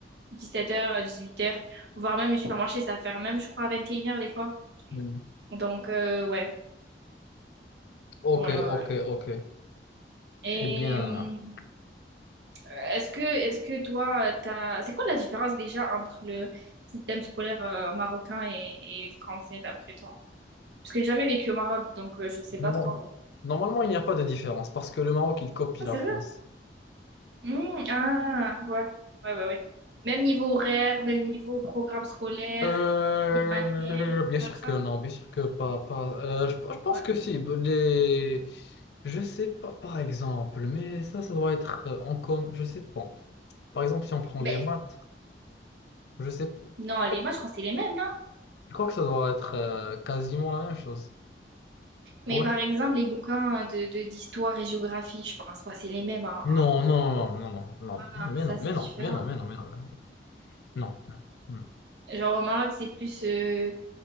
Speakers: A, on the right (about 75°); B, on the left (about 70°).
A: dix-sept heures euh, dix-huit heures voire même les supermarchés, ça ferme même, je crois, à vingt et une heures des fois.
B: hum.
A: Donc, euh, ouais,
B: Ok,
A: ouais, ouais, ouais.
B: ok, ok.
A: Et.
B: Eh bien,
A: hum, Euh, Est-ce que, est-ce que toi, euh, t'as... c'est quoi la différence déjà entre le système scolaire euh, marocain et, et français d'après toi? Parce que j'ai jamais vécu au Maroc, donc euh, je sais pas
B: non.
A: trop.
B: Normalement, il n'y a pas de différence parce que le Maroc, il copie
A: Ah,
B: la
A: c'est
B: France.
A: vrai? Mmh, ah, ouais. Ouais, ouais, ouais. Même niveau horaire, même niveau programme scolaire,
B: Euh,
A: les manuels, tout
B: bien
A: comme
B: sûr
A: ça.
B: que non, bien sûr que pas. pas. Euh, je, je pense
A: Ouais.
B: que si. Les... Je sais pas, par exemple, mais ça, ça doit être euh, en com. Je sais pas. Par exemple, si on prend
A: Ben,
B: les maths, je sais.
A: non,
B: Je
A: les
B: crois,
A: moi je crois que c'est les mêmes, non?
B: je crois que ça doit être euh, quasiment la même chose.
A: Mais
B: Ouais.
A: par exemple, les bouquins de, de- d'histoire et géographie, je pense pas que c'est les mêmes. hein, hein.
B: Non, non, non, non, non, non,
A: Voilà,
B: mais
A: ça
B: non,
A: c'est
B: mais
A: différent.
B: non, mais non, mais non, mais non, mais non, non, non, non,
A: Genre au Maroc, c'est plus... euh,